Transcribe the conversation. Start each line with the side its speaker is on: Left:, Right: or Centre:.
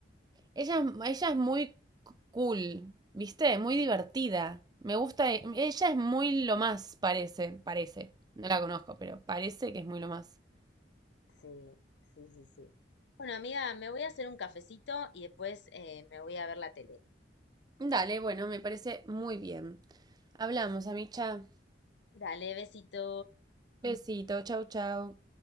Right: Ella, es- ella es muy c- cool, ¿viste? Muy divertida. Me gusta. e- Ella es muy lo más, parece, parece. No la conozco, pero parece que es muy lo más.
Left: Sí, sí, sí, sí. Bueno, amiga, me voy a hacer un cafecito y después eh, me voy a ver la tele.
Right: Dale, bueno, me parece muy bien. Hablamos, Amicha.
Left: Dale, besito.
Right: Besito, chau, chau.